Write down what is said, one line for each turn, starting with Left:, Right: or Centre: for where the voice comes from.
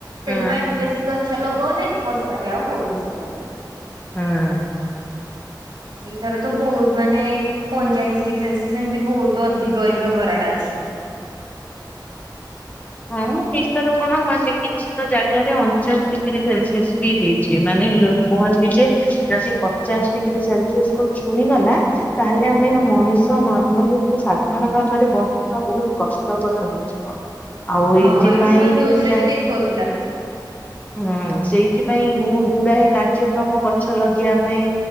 Left: ହୁଁ
Right: ସେଥିପାଇଁ ବେଶ୍ କି ଗଛ ଲଗଉନେ, ବର୍ଷା ବି ଆଉ ହଉନି ସେଥିପାଇଁ।
Left: ହଁ।
Right: ହଁ ଏଇଥର ତ ବହୁତ ମାନେ ପଇଁଚାଳିଶ ଡିଗ୍ରୀ ସେଲସିସ୍ ଏମିତି ବହୁତ ଅଧିକ ଏଥର ଖରାଟା ଅଛି।
Left: ହଁ ଘର ଭିତର କଣ ମାନେ କିଛି କିଛିଟା ଜାଗାରେ ଅଣଚାଶ ଡିଗ୍ରୀ ସେଲସିୟସ ବି ହେଇଛି, ମାନେ କୁହନ୍ତି ଯେ ଯଦି ପଚାଶ ଡିଗ୍ରୀ ସେଲସିଅସ କୁ ଛୁଇଁଗଲା ତାହେଲେ ଆମେ
Right: ହଁ
Left: ମଣିଷ ନର୍ମାଲି ଏମିତି ସାଧାରଣ ଭାବରେ ବଞ୍ଚିବା ବହୁତ କଷ୍ଟ ଷ୍ଟକର ହେଇଯିବ।
Right: ହଁ
Left: ଏଇଥିପାଇଁ
Right: ଏଥର ତ ନ୍ୟୁଜ ରେ ବି ଦେଖାଉଥିଲା।
Left: ହୁଁ ସେଇଥିପାଇଁ ବହତ ଗୁଡାଏ କାର୍ଯ୍ୟକ୍ରମ ଗଛ ଲଗେଇବା ପାଇଁ